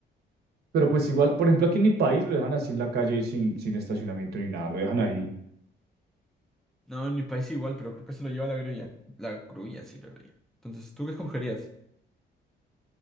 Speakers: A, on the right; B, in the centre.
A: Pero pues igual, por ejemplo, aquí en mi país lo dejan así en la calle sin, sin estacionamiento ni nada, lo dejan ahí.
B: No, en mi país igual, pero creo que se lo lleva la grulla. La grulla, sí, la grulla. Entonces, ¿tú qué escogerías?